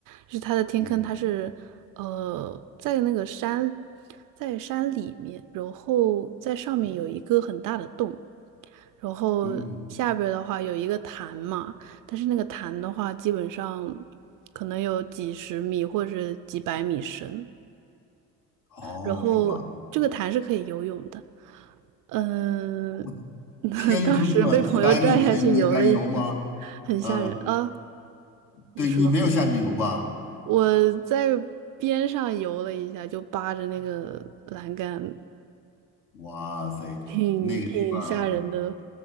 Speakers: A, on the right (about 55°); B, on the left (about 65°).
A: 就是它的天坑，
B: 嗯
A: 它是呃在那个山，在山里面，然后在上面有一个很大的洞，然后下边儿的话有一个潭嘛，
B: 嗯，
A: 但是那个潭的话，基本上可能有几十米或者几百米深。
B: 哦，
A: 然后这个潭是可以游泳的。
B: 是吧？
A: 嗯、
B: 我
A: <laughs>
B: 天坑啊，
A: 当时被朋友拽下去游了一圈，
B: 几百米深，你敢游吗？
A: 很吓人啊！
B: 嗯、
A: 你说
B: 对你没有下去游吧？
A: 我在边上游了一下，就扒着那个栏杆，
B: 哇塞，
A: <laughs> 挺挺吓人的，
B: 那个地方